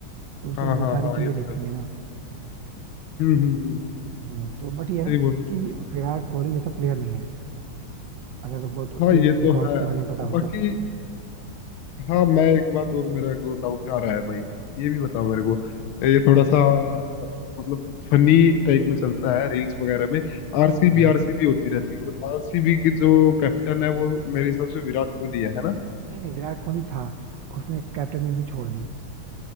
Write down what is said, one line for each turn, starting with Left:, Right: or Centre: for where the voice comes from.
Right: तो उसे
Left: हाँ
Right: वो
Left: हाँ
Right: सारी
Left: हाँ
Right: चीजें
Left: ये तो
Right: देखनी
Left: है ही।
Right: है ना
Left: हम्म हम्म हम्म हम्म हम्म,
Right: हम्म, तो बट
Left: सही
Right: ये है ना
Left: बोल रहे
Right: कि विराट कोहली जैसा प्लेयर नहीं है अगर तुमको तो उसके
Left: हो हाँ ये
Right: रिकॉर्ड्स
Left: तो है
Right: के बारे में पता हो
Left: बाकी
Right: तो
Left: हाँ मैं एक बात और मेरा को डाउट आ रहा है भाई ये भी बताओ मेरे को ये थोड़ा सा मतलब फनी टाइप में चलता है रील्स वगैरह में आरसीबी
Right: हम्म, हाँ
Left: आरसीबी होती रहती है और आरसीबी की जो कैप्टन है वो मेरे हिसाब से विराट कोहली है है ना
Right: नहीं नहीं विराट कोहली था उसने कैप्टनसी छोड़ दी